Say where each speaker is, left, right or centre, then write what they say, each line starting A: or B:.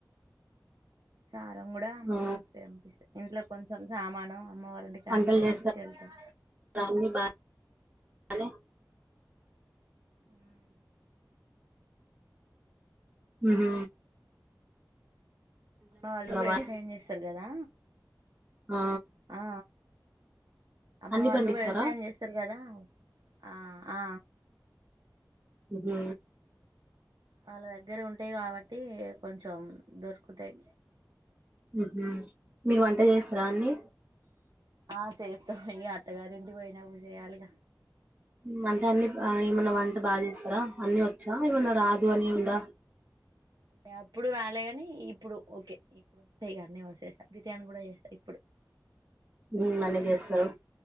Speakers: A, on the right; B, on the right.
A: కారం కూడా అమ్మ
B: ఆ
A: పంపిస్తాంది ఇంట్లో కొంచెం సామానం అమ్మ వాళ్ళ ఇంటికాడి
B: వంటలు
A: నుండే
B: చేస్తారా
A: తీసుకెళ్తాం
B: అన్ని బాగా <inaudible>
A: మ్మ్
B: హ్మ్ హు
A: అమ్మ వాళ్ళు వ్యవసాయం
B: బాయ్
A: చేస్తారు కదా
B: ఆ
A: ఆ అమ్మ
B: అన్ని
A: వాళ్ళు
B: పండిస్తారా
A: వ్యవసాయం చేస్తారు కదా ఆ ఆ
B: హ్మ్
A: వాళ్ళ దగ్గర ఉంటాయి కాబట్టి కొంచెం దొరుకుతాయ్
B: హ్మ్ హు మీరు వంట చేస్తారా అన్ని
A: ఆ చేస్తా ఇ అత్తగారింటికి పోయినప్పుడు చెయాలిగా
B: వంట అన్ని ఏమన్నా వంట బాచేస్తారా అన్ని వచ్చా ఏమన్నా రాదు అని ఉంద
A: టే అప్పుడు రాలేగాని ఇప్పుడు ఓకే ఇప్పుడు వస్తాయి కానీ వసేస్తా బిర్యానీ కూడా చేస్తా ఇప్పుడు
B: హ్మ్ అన్ని చేస్తారు